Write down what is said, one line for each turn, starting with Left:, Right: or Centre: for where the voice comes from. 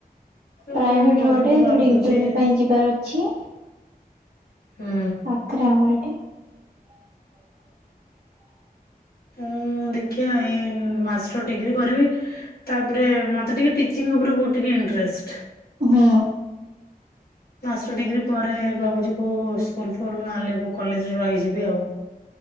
Left: ମୁଁ
Right: ପ୍ରାଇଭେଟ
Left: କଣ କରିମି
Right: ରେ ଗୋଟେ
Left: ଭାବୁଛି
Right: ଇଣ୍ଟରଭ୍ୟୂ ପାଇଁ ଯିବାର ଅଛି।
Left: ହୁଁ
Right: ପାଖରେ ଆମର ଏଠି। <inaudible>
Left: ଉଁ ଦେଖିିଆ ଏଇ ମାଷ୍ଟର ଡିଗ୍ରୀ କରିବି। ତାପରେ ମତେ ଟିକେ ଟିଚିଂ ଉପରେ ବହୁ ଟିକେ ଇଣ୍ଟରେଷ୍ଟ।
Right: ହୁଁ।
Left: ମାଷ୍ଟର ଡିଗ୍ରୀ ପରେ ଭାବୁଚି କୋଉ ସ୍କୁଲ ଫୁଲ ନହଲେ କୋଉ କଲେଜରେ ରହିଯିବି ଆଉ।